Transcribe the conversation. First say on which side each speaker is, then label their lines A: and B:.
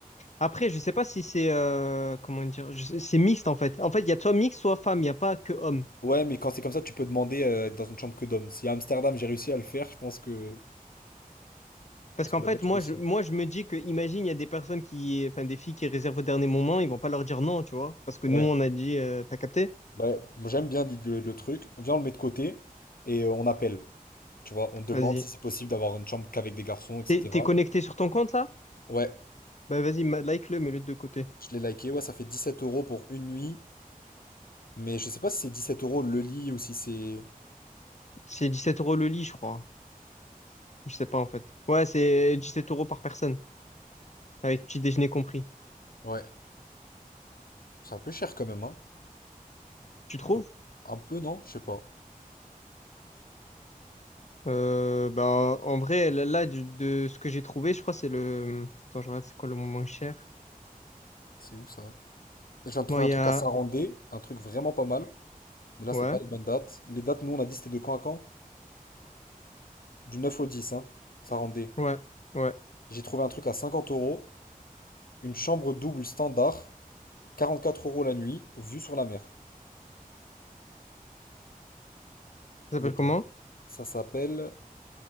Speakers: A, on the left; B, on the left.
A: Après, je sais pas si c'est euh, comment dire, je sais- c'est mixte en fait. En fait, il y a soit mixte, soit femme, il n'y a pas que homme.
B: Ouais, mais quand c'est comme ça, tu peux demander euh, être dans une chambre que d'hommes. Si à Amsterdam j'ai réussi à le faire, je pense que, je
A: Parce
B: pense
A: qu'en
B: que là-bas
A: fait,
B: tu
A: moi
B: peux aussi.
A: je, moi, je me dis que, imagine, il y a des personnes qui, enfin, des filles qui réservent au dernier moment, ils vont pas leur dire non, tu vois. Parce que
B: Ouais,
A: nous, on a dit, euh, t'as capté?
B: bah, moi, j'aime bien l'idée- le, le truc. Viens, on le met de côté et euh, on appelle. Tu vois, on demande
A: Vas-y.
B: si c'est possible d'avoir une chambre qu'avec des garçons, etc.
A: T'es, t'es connecté sur ton compte là?
B: Ouais,
A: Bah, vas-y, ma- like-le, mets-le de côté.
B: je l'ai liké. Ouais, ça fait 17 euros pour une nuit. Mais je sais pas si c'est 17 euros le lit ou si c'est.
A: C'est 17 euros le lit, je crois. Je sais pas en fait. Ouais, c'est 17 euros par personne, avec petit déjeuner compris.
B: Ouais, c'est un peu cher quand même, hein.
A: Tu trouves?
B: Bon. Un peu, non? Je sais pas.
A: Euh, bah, en vrai, là, là, du- de ce que j'ai trouvé, je crois que c'est le. Attends, je regarde, c'est quoi le moins cher?
B: C'est où ça? Je viens de trouver
A: Bon, il
B: un truc
A: y a.
B: à Sarandé, un truc vraiment pas mal. Mais là,
A: Ouais,
B: c'est pas les bonnes dates. Les dates, nous, on a dit c'était de quand à quand? Du neuf au dix, hein, ça rendait.
A: ouais, ouais.
B: J'ai trouvé un truc à cinquante euros, une chambre double standard, quarante-quatre euros la nuit, vue sur la mer,
A: Ça s'appelle
B: l'hôtel.
A: comment?
B: Ça s'appelle